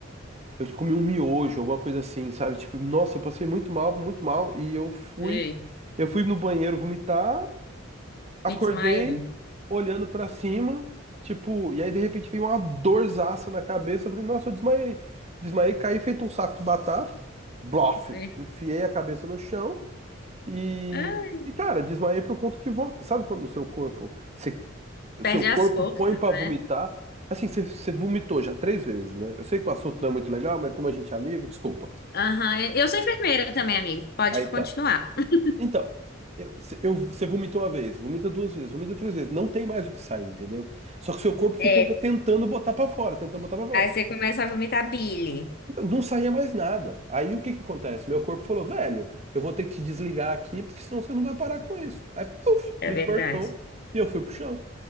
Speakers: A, on the right; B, on the left.
A: Eu comi um miojo, alguma coisa assim, sabe? Tipo, nossa, eu passei muito mal, muito mal. E eu fui.
B: Ei,
A: Eu fui no banheiro vomitar. Acordei
B: me desmaiei.
A: olhando pra cima, tipo, e aí de repente veio uma dorzaça na cabeça. Eu falei, nossa, eu desmaiei. Desmaiei, caí feito um saco de batata. Blof!
B: Ei,
A: Enfiei a cabeça no chão e,
B: ah,
A: e cara, desmaiei por conta de vômito. Sabe quando o seu corpo, você- o
B: perde
A: seu corpo
B: as forças,
A: põe pra
B: né?
A: vomitar? Assim, você, você vomitou já três vezes, né? Eu sei que o assunto não é muito legal, mas como a gente é amigo, desculpa.
B: Aham, eu sou enfermeira também, amigo. Pode
A: Aí
B: continuar.
A: tá.
B: <laughs>
A: Então, eu, se- eu- você vomitou uma vez, vomita duas vezes, vomita três vezes, não tem mais o que sair, entendeu? Só que seu corpo fica
B: É.
A: ainda tentando botar pra fora, tentando botar pra fora.
B: Aí você começa a vomitar bile.
A: Então, não saía mais nada. Aí o que que acontece? Meu corpo falou, velho, eu vou ter que te desligar aqui, porque senão você não vai parar com isso. Aí, puf,
B: É
A: me
B: verdade.
A: cortou e eu fui pro chão.